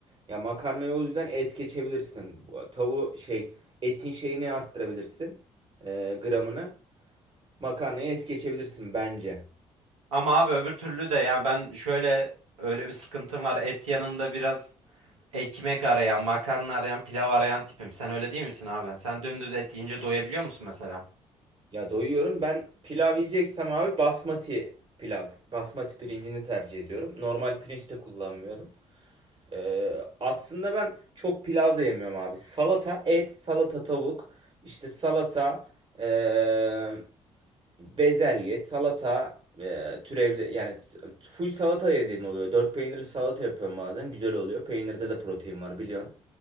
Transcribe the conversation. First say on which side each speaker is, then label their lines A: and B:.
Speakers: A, on the right (about 30°); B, on the right (about 85°).
A: Ya makarnayı o yüzden es geçebilirsin. Bu Tavuğu şey etin şeyini arttırabilirsin. Ee, gramını. Makarnayı es geçebilirsin bence.
B: Ama abi öbür türlü de yani ben şöyle öyle bir sıkıntım var. Et yanında biraz Ekmek arayan, makarna arayan, pilav arayan tipim. Sen öyle değil misin abi? Sen dümdüz et yiyince doyabiliyor musun mesela?
A: Ya doyuyorum. Ben pilav yiyeceksem abi basmati pilav. Basmati pirincini tercih ediyorum. Normal pirinç de kullanmıyorum. Ee, aslında ben çok pilav da yemiyorum abi. Salata, et, salata, tavuk, işte salata, ee, bezelye, salata e, türevli yani s- full salata yediğim oluyor. Dört peynirli salata yapıyorum bazen. Güzel oluyor. Peynirde de protein var biliyorsun.